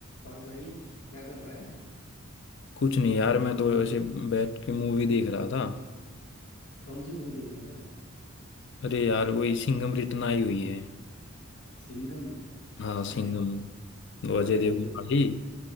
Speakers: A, on the left (about 85°); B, on the left (about 55°).
A: और भाई क्या कर रहा है
B: कुछ नहीं यार मैं तो ऐसे बैठ के मूवी देख रहा था
A: कौन सी मूवी देख रहा था आज
B: अरे यार वही सिंघम रिटर्न आई हुई है
A: सिंघम अच्छा
B: हाँ सिंघम वो अजय
A: अजय
B: देवगन
A: देवगन
B: वाली